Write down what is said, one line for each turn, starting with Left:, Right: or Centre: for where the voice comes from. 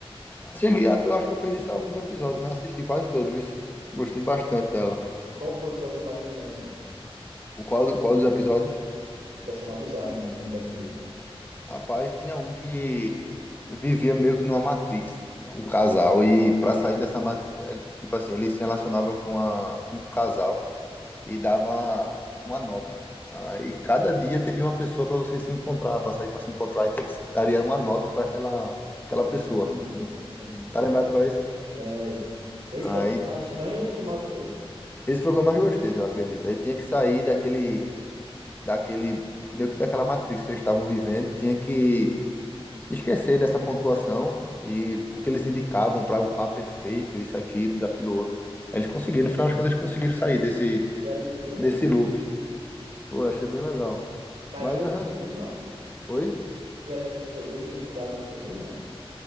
Left: Assisti- Eu acho que eu perdi só alguns episódios, mas assisti quase todos, viu? Gostei bastante dela.
Right: Qual foi que tu achou mais estranho, assim?
Left: O qual, do- qual dos episódios?
Right: Que tu achou mais bizarro em, em Black Mirror?
Left: Rapaz, tinha um que vivia meio que numa Matrix, o casal. E pra sair dessa Matrix, tipo assim, ele se relacionava com, a, com um casal. e dava uma nota. Aí cada dia teria uma pessoa para você se encontrar, para sair para se encontrar e ter que- daria uma nota para aquela
Right: Sim,
Left: aquela pessoa.
Right: sim, sim.
Left: Tá lembrado qual é esse?
Right: Lembro. Esse
Left: Aí
Right: pra tu foi mais estranho ou o que tu mais gostou?
Left: esse foi o que eu mais gostei, eu acredito. Aí tinha que sair daquele daquele meio que daquela matrix que eles estavam vivendo, tinha que esquecer dessa pontuação e o que eles indicavam para o papo perfeito, isso aquilo, daquilo outro. Aí Eles conseguiram, no final das contas, eles conseguiram sair desse
Right: que era do videogame.
Left: desse loop. Pô, achei bem legal.
Right: Mas
Left: Mas
Right: que era
Left: o
Right: do
Left: resto,
Right: videogame, não.
Left: oi?
Right: Que era tipo um videogame, que eles entraram no videogame, não.